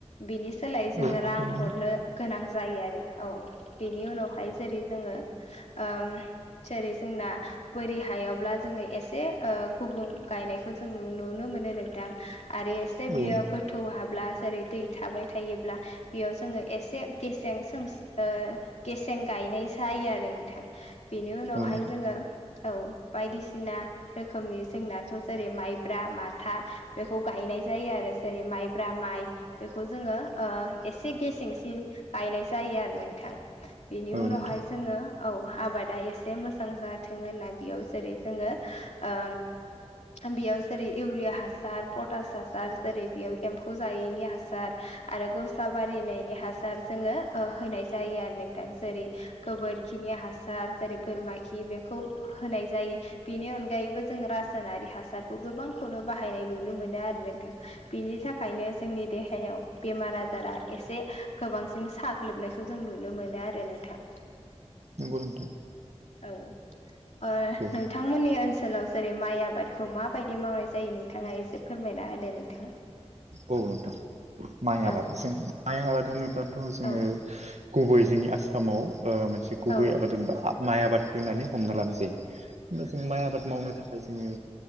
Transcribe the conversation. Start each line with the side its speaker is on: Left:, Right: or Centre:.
Left: बिनि सोलाय जोङो
Right: औ थारैनो
Left: रां हरनो गोनां जायो आरो औ बेनि उनावहाय जेरै जोङोे ओम जेरै जोंना बोरि हायावब्ला जोङो एसे ओ गुबुं गायनायखौ जों नु-नुनो मोनो नोंथां। आरो एसे बियो
Right: औ नोंथां
Left: गोथौ हाब्ला जेरै दै थाबाय थायोब्ला बेयाव जोङो एसे गेसें सोंस ओ गेसें गायनाय जायो आरो नोंथां बेनि उनावहाय
Right: औ नोंथां
Left: जोङो औ बायदिसि सिना रोखोमनि जोंनाथ' जेरै माइब्रा माथा बेखौ गायनाय जायो आरो जेरै माइब्रा माइ बेखौ जोङो ओ एसे गेसेंसिन गायनाय जायो आरो नोंथां। बेनि
Right: औ
Left: उनावहाय
Right: नोंथां
Left: जोङो औ आबादा एसे मोज जां जाथों होनना बेयाव जेरै जोङो ओ बेयाव जेरै इउरिया हासार पटास हासार जेरै बेयाव एम्फौ जायैनि हासार। आरो गसा बारिनायनि हासार जोङो ओ होनाय जायो आरो नोंथां जेरै गोबोरखिनि हासार जेरै बोरमा खि बेखौ होनाय जायो। बेनि अनगायैबो जों रासायनारि हासारखौ गोबांखौनो बाहायनाय नुनो मोनो आरो नोंथां। बिनि थाखायनो जोंनि देहायाव बेमार आजारा एसे गोबांसिन सा ग्लोबनायखौ जों नुनो मोनो आरो नोंथां।
Right: नंगौ नोंथां।
Left: औ ओ नोंथां
Right: औ
Left: नोंथांमोननि ओनसोलाव जेरै माइ आबादखौ माबायदि मावनाय जायो नोंथाङा एसे फोरमायना होदो नोंथां।
Right: औ नोंथां माइ आबाद
Left: औ
Right: जों माइ आबाद होनोब्लाथ' जोङो
Left: औ
Right: गुबै जोंनि आसामाव ओ मोनसे गुबै
Left: औ
Right: आबाद होनबा माइ आबादखौ होननानै हमना लानाय जायो होनबा जों माइ आबाद मावनो थाखाय जोङो